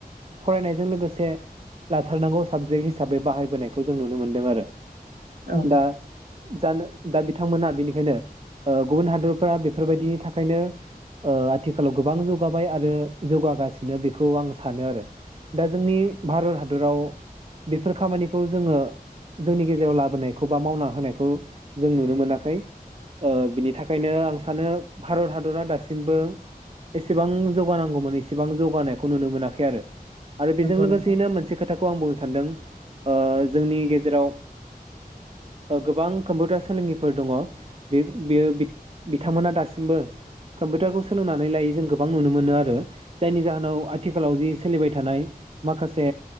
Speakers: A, on the right; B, on the right.
A: फरायनायजों लोगोसे लाथारनांगौ साबजेक्ट हिसाबै बाहायबोनायखौ जों नुनो मोन्दों आरो
B: औ
A: दा जानो दा बिथांमोनहा बेनिखायनो ओ गुबुन हादरफ्रा बेफोरबायदिनि थाखायनो ओ आथिखालाव गोबां जौगाबाय आरो जौगागासिनो बेखौ आं सानो आरो दा जोंनि भारत हादर दराव बेफोर खामानिखौ जोङो जोंनि गेजेराव लाबोनायखौ बा मावना होनायखौ जों नुनो मोनाखै ओ बिनि थाखायनो आं सानो भारत हादरा दासिमबो एसेबां जौगानांगौमोन एसेबां जौगानायखौ नुनो मोनाखै आरो आरो बेजों
B: नंगौ
A: लोगोसेयैनो
B: नोंथां
A: मोनसे खो खौ आं बुंनो सानदों ओ जोंनि गेजेराव गोबां कम्पिउटार सोलोंगिरिफोर दङ बे बेयो बिथांमोना दासिमबो कम्पिउटारखौ सोलोंनानै लायै जों गोबां नुनो मोनो आरो जायनि जाहोनाव आथिखालाव जि सोलिबाय थानाय माखासे